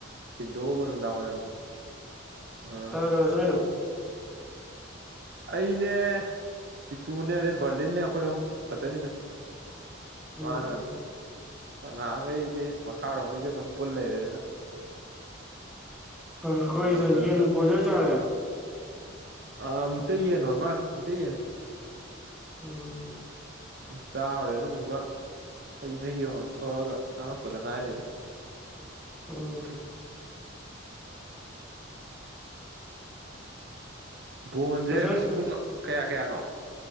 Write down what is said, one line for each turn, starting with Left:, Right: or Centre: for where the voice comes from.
Right: ꯊꯤꯟꯗꯣꯛꯎꯕ ꯅꯨꯡꯗꯥꯡꯋꯥꯏꯔꯝꯗꯣ ꯑꯥ
Centre: ꯥꯀꯅꯥ ꯆꯥꯏꯅꯣ
Right: ꯑꯩꯅꯦ ꯄꯤꯇꯨꯅꯦ ꯑꯗꯩ ꯕꯔꯂꯤꯟꯅꯦ ꯑꯩꯈꯣꯏ ꯑꯍꯨꯝ ꯈꯛꯇꯅꯤꯗ
Centre: ꯎꯝ
Right: ꯃꯥꯅ ꯉꯍꯥꯟꯈꯩꯗꯤ ꯃꯈꯥꯔꯣꯝꯈꯩꯒ ꯑꯗꯨꯝ ꯄꯨꯜ ꯂꯩꯔꯦꯅ
Centre: ꯑ ꯍꯣꯏꯗ
Right: ꯅꯨꯡꯉꯥꯏꯇꯗꯅ
Centre: ꯌꯦꯟ ꯕꯣꯏꯂꯔ ꯆꯥꯔꯦ
Right: ꯑ ꯃꯤꯇꯩ ꯌꯦꯟ ꯑꯣꯏꯔꯥ ꯃꯜꯂꯦ ꯎꯟ ꯃꯟꯅꯦ ꯃꯩꯇꯩ ꯌꯦꯟꯅꯤ
Centre: ꯎꯝ
Right: ꯆꯥꯎꯔꯨꯔꯦ ꯑꯗꯨꯗꯨꯒ ꯍꯩ ꯃꯍꯤ ꯑꯃꯃꯝ ꯊꯣꯛꯑꯒ ꯆꯪꯉꯛꯄꯗ ꯉꯥꯏꯔꯤꯗ
Centre: ꯎꯝ
Right: <inaudible> ꯕꯣꯟꯁꯦ
Centre: ꯉꯁꯥꯏ
Right: ꯑ ꯄꯨꯡ ꯀꯌꯥ ꯀꯌꯥꯅꯣ